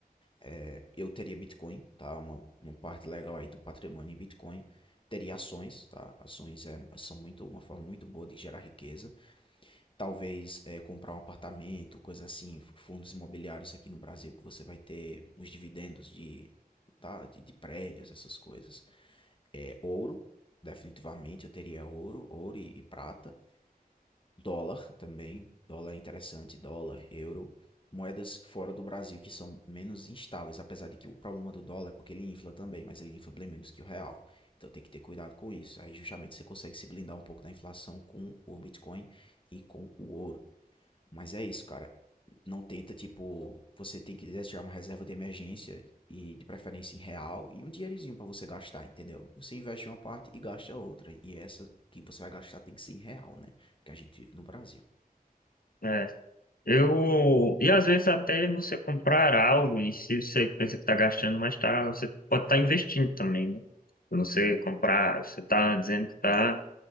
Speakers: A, on the left (about 35°); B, on the left (about 70°).
A: É, Eu teria Bitcoin, tá? Uma, uma parte legal aí do patrimônio em Bitcoin. Teria ações, tá? Ações é, são muito uma forma muito boa de gerar riqueza. Talvez é, comprar um apartamento, coisa assim, fundos imobiliários aqui no Brasil que você vai ter os dividendos de, tá? de, de prédios, essas coisas. É, ouro, definitivamente eu teria ouro, ouro e e prata. Dólar também, dólar é interessante, dólar, euro, moedas fora do Brasil que são menos instáveis, apesar de que o problema do dólar é porque ele infla também, mas ele infla bem menos que o real. Então tem que ter cuidado com isso. Aí justamente você consegue se blindar um pouco da inflação com o Bitcoin e com o ouro. Mas é isso, cara. Não tenta, tipo, você tem que quiser tirar uma reserva de emergência e de preferência em real e um dinheirinho pra você gastar, entendeu? Você investe uma parte e gasta a outra. E essa que você vai gastar tem que ser em real, né? Porque a gente vive no Brasil.
B: É. Eu, e às vezes até você comprar algo e se você pensa que está gastando, mas tá, você pode estar investindo também, né? Quando Você comprar, você está dizendo que está